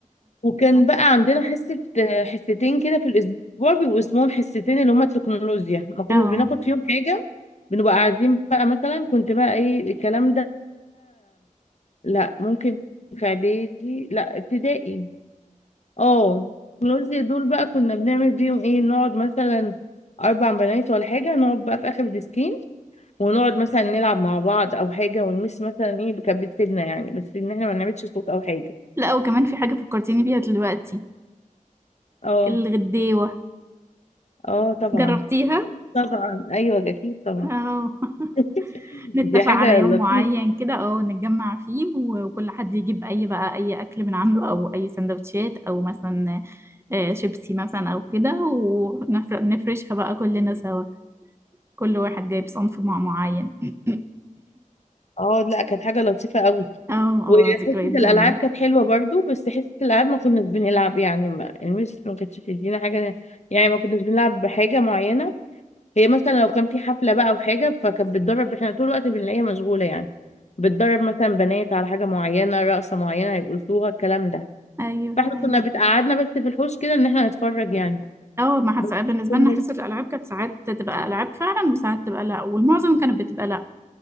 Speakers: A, on the left; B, on the right.
A: وكان بقى عندنا حصة حصتين كده في الأسبوع بيبقوا اسمهم حصتين اللي هما التكنولوجيا ما كناش
B: اه
A: بناخد فيهم حاجة بنبقى قاعدين بقى مثلا كنت بقى إيه الكلام ده لا ممكن في إعدادي لا ابتدائي اه التكنولوجيا دول بقى كنا بنعمل بيهم إيه نقعد مثلا أربع بنات ولا حاجة نقعد بقى في آخر الديسكين ونقعد مثلا نلعب مع بعض أو حاجة ونمس مثلا إيه كانت بتسيبنا يعني بس إن إحنا ما نعملش صوت أو حاجة
B: لا وكمان في حاجه فكرتيني بيها دلوقتي
A: اه
B: الغديوه
A: اه طبعا
B: جربتيها
A: طبعا ايوه اكيد طبعا
B: اه <laughs>
A: <laughs>
B: نتفق
A: دي حاجه
B: على يوم
A: لطيفه
B: معين كده اه نتجمع فيه و- وكل حد يجيب اي بقى اي اكل من عنده او اي سندوتشات او مثلا آه، شيبسي مثلا او كده ونفرشها بقى كلنا سوا كل واحد جايب صنف مع معين <coughs>
A: اه لا كانت حاجه لطيفه قوي
B: اه
A: وحصه
B: اه ذكريات جميلة
A: الالعاب كانت حلوه برضو بس حصه الالعاب ما كناش بنلعب يعني ما المس ما كانتش بتدينا حاجه يعني ما كناش بنلعب بحاجه معينه هي مثلا لو كان في حفله بقى او حاجه فكانت بتدرب احنا طول الوقت بنلاقيها مشغوله يعني بتدرب مثلا بنات على حاجه معينه رقصه معينه يرقصوها الكلام ده
B: ايوه
A: فاحنا
B: ايوه
A: كنا بتقعدنا بس في الحوش كده ان احنا نتفرج يعني
B: اه ما حس...
A: بس
B: بالنسبة
A: كنا
B: لنا حصة الألعاب كانت ساعات تبقى ألعاب فعلا وساعات تبقى لأ والمعظم كانت بتبقى لأ